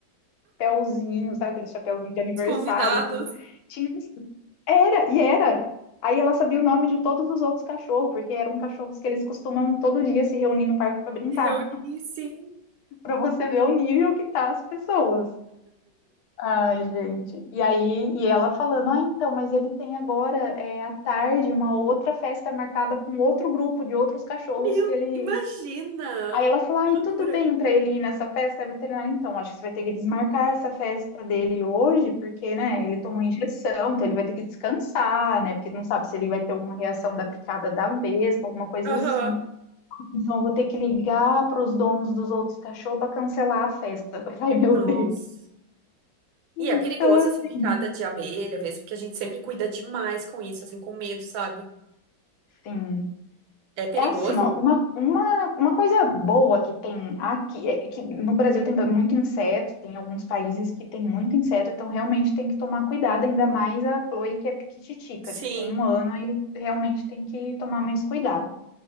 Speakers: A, on the left; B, on the right.
A: chapéuzinho, sabe aquele chapéuzinho de aniversário,
B: Os convidados.
A: tudo. Tinha, era, e era. Aí ela sabia o nome de todos os outros cachorros, porque eram cachorros que eles costumam todo dia se reunir no parque para brincar
B: Se reunir, sim.
A: para você ver o nível que tá as pessoas. Ai, gente. E aí, e ela falando, ah, então, mas ele tem agora é, à tarde uma outra festa marcada com outro grupo de outros cachorros
B: Meu,
A: que ele.
B: imagina!
A: Aí ela falou,
B: Que
A: ai,
B: loucura.
A: tudo bem para ele ir nessa festa, é veterinária, então, acho que você vai ter que desmarcar essa festa dele hoje, porque, né, ele tomou injeção, então ele vai ter que descansar, né, porque não sabe se ele vai ter alguma reação da picada da vespa, alguma coisa
B: Aham.
A: assim. Então, eu vou ter que ligar para os donos dos outros cachorros para cancelar a festa. <laughs> Eu falei, meu
B: Nossa.
A: Deus.
B: E
A: Então,
B: é perigoso,
A: assim,
B: assim, picada de abelha, às vezes, porque a gente sempre cuida demais com isso, assim, com medo, sabe?
A: assim,
B: É perigoso?
A: é assim, ó, uma, uma, uma coisa boa que tem aqui, é que no Brasil tem muito inseto, tem alguns países que tem muito inseto, então realmente tem que tomar cuidado, ainda mais a Chloe que é piquititica,
B: Sim,
A: tipo, um ano aí realmente tem que tomar mais cuidado.